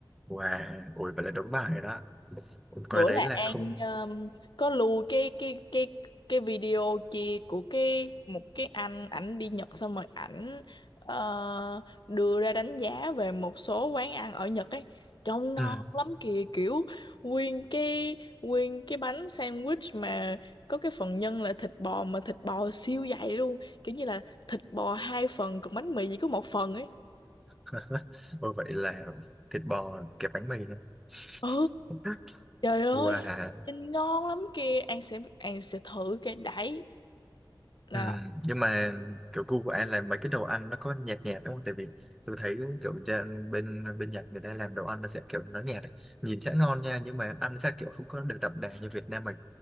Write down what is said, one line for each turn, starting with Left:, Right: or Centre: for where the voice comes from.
Centre: wow ui vậy là đúng bài rồi đó Ui, coi
Left: bữa
Centre: đấy
Left: là
Centre: là không
Left: An um, có lưu cái cái cái cái video kia của cái một cái anh ảnh đi Nhật xong rồi ảnh ờ, đưa ra đánh giá về một số quán ăn ở Nhật ấy trông ngon
Centre: ừ.
Left: lắm kìa kiểu nguyên cái nguyên cái bánh sandwich mà có cái phần nhân là thịt bò mà thịt bò siêu dày luôn kiểu như là thịt bò hai phần còn bánh mì chỉ có một phần ấy
Centre: <laughs> ui vậy là thịt bò kẹp bánh mì nữa
Left: ừ
Centre: <laughs>
Left: trời ơi
Centre: wow
Left: nhìn ngon lắm kìa An sẽ An sẽ thử cái đấy Đó.
Centre: Ừ. Nhưng mà kiểu gu của anh là mấy cái đồ ăn nó có nhạt nhạt đúng không? Tại vì tôi thấy kiểu trên bên bên Nhật người ta làm đồ ăn nó sẽ kiểu nó nhạt ấy. Nhìn sẽ ngon nha nhưng mà ăn sẽ kiểu không có được đậm đà như Việt Nam mình.